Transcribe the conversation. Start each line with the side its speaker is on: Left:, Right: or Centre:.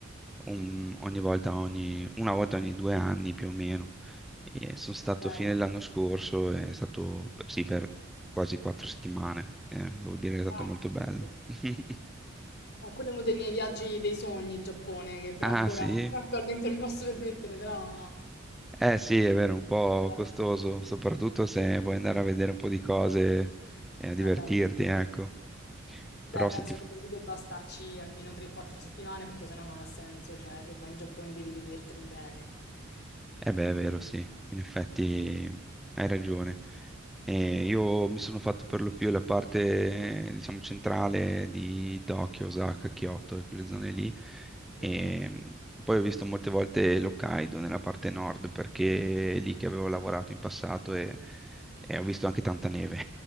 Centre: un- ogni volta, ogni, una volta ogni due anni più o meno. E sono stato
Left: bello.
Centre: fine dell'anno scorso, è stato sì, per quasi quattro settimane, eh, devo dire
Left: Ah,
Centre: che è stato
Left: tanto.
Centre: molto bello. <laughs>
Left: Eh, quello è uno dei miei viaggi dei sogni, il Giappone, che però
Centre: Ah
Left: ancora
Centre: sì?
Left: <laughs> attualmente non mi posso permettere, però...
Centre: Eh sì, è vero, un po'
Left: Beh,
Centre: costoso, soprattutto se vuoi andare a vedere un po' di cose e a divertirti,
Left: eh beh.
Centre: ecco.
Left: Beh,
Centre: Però
Left: penso
Centre: se ti,
Left: che lì debba starci almeno 3-4 settimane perché sennò non ha senso, cioè se vai in Giappone devi vedertelo bene.
Centre: Eh beh, è vero, sì, in effetti hai ragione. Eh, io mi sono fatto per lo più la parte, eh, diciamo, centrale di Tokyo, Osaka, Kyoto e quelle zone lì. E
Left: Mhm.
Centre: mh, poi ho visto molte volte l'Hokkaido nella parte nord perché è lì che avevo lavorato in passato e, e ho visto anche tanta neve.